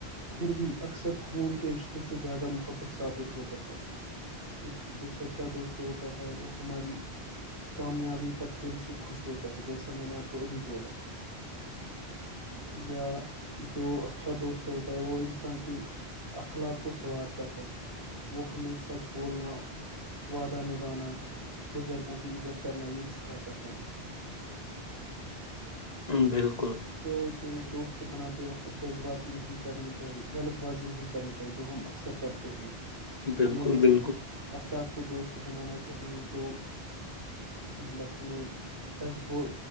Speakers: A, on the right (about 80°); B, on the left (about 40°).
A: پھر بھی اکثر خون کے رشتوں سے زیادہ محبت ثابت ہوتا ہے ایک جو سچا دوست ہوتا ہے وہ ہماری کامیابی پر دل سے خوش ہوتا ہے جیسا میں نے آپ کو ابھی بولا یا جو اچھا دوست ہوتا ہے وہ انسان کی اخلاق کو سنوارتا ہے وہ ہمیں سچ بولنا وعدہ نبھانا بزرگوں کی عزت کرنا یہ سکھاتا ہے
B: بالکل
A: جو ج دوست بناتے وقت جذباتی نہیں کرنی چاہیے جلد بازی نہیں کرنی چاہیے جو ہم اکثر کرتے ہیں
B: بالکل
A: ہمیں ایسے
B: بالکل
A: افراد کو دوست بنانا چاہیے جو مطلب ہمیں سچ ب